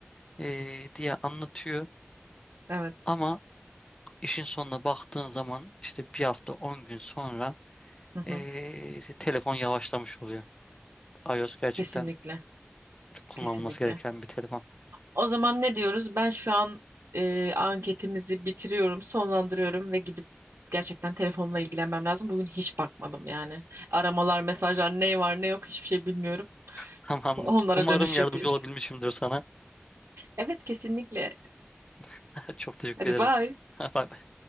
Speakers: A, on the left; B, on the right.
A: e, diye anlatıyor.
B: Evet.
A: Ama işin sonuna baktığın zaman işte bir hafta 10 gün sonra
B: Hı hı.
A: e, telefon yavaşlamış oluyor. iOS gerçekten
B: Kesinlikle.
A: çok kullanılması
B: Kesinlikle.
A: gereken bir telefon.
B: O zaman ne diyoruz? Ben şu an e, anketimizi bitiriyorum, sonlandırıyorum ve gidip gerçekten telefonla ilgilenmem lazım. Bugün hiç bakmadım yani. Aramalar, mesajlar ne var ne yok hiçbir şey bilmiyorum.
A: <laughs> Tamamdır.
B: Onlara
A: Umarım
B: dönüş
A: yardımcı
B: yapayım.
A: olabilmişimdir sana.
B: Evet kesinlikle.
A: <laughs> Çok teşekkür
B: Hadi
A: ederim.
B: bye.
A: <laughs> Bye.